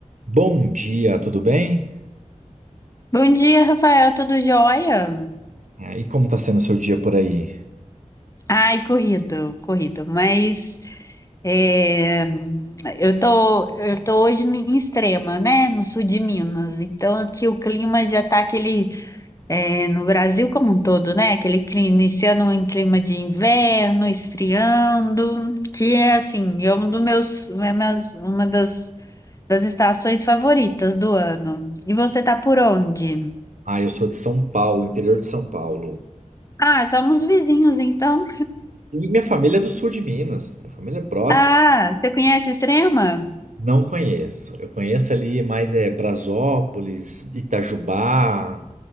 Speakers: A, on the right (about 70°); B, on the left (about 25°).
A: Bom dia, tudo bem?
B: Bom dia, Rafael, tudo jóia?
A: É, E como está sendo o seu dia por aí?
B: Ai, corrido, corrido, mas é, eu tô, eu tô hoje em Extrema, né, no sul de Minas, então aqui o clima já tá aquele, é, no Brasil como um todo, né, aquele clima, iniciando em clima de inverno, esfriando, que é assim, é um dos meus, é meus- uma das, das estações favoritas do ano. E você tá por onde?
A: Ah, eu sou de São Paulo, interior de São Paulo.
B: Ah, somos vizinhos, então.
A: E minha família é do sul de Minas, minha família é próxima.
B: Ah, você conhece Extrema?
A: Não conheço. Eu conheço ali mais é Brasópolis, Itajubá.